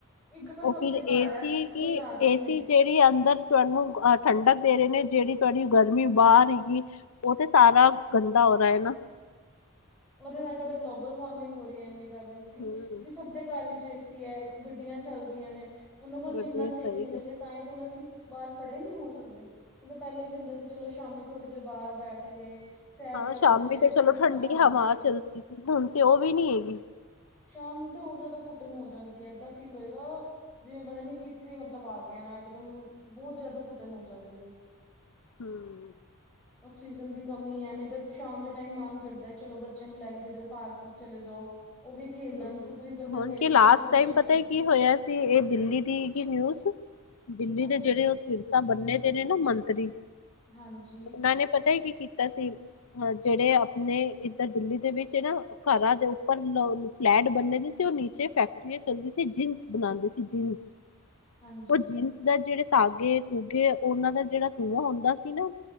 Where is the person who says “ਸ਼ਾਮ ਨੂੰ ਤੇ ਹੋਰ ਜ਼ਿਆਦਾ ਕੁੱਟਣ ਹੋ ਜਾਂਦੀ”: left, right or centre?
Centre